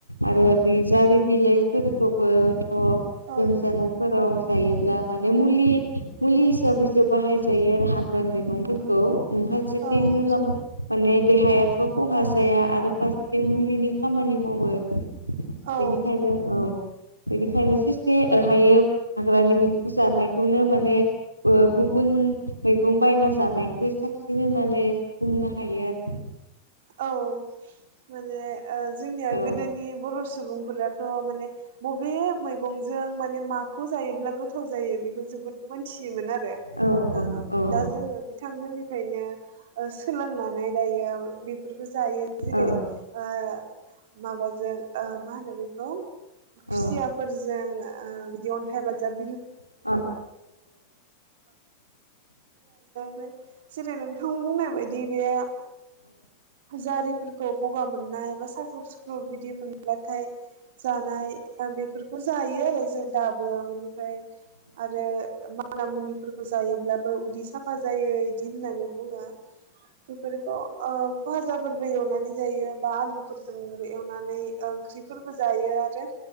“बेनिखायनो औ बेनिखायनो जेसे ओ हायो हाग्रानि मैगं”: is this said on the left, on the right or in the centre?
Right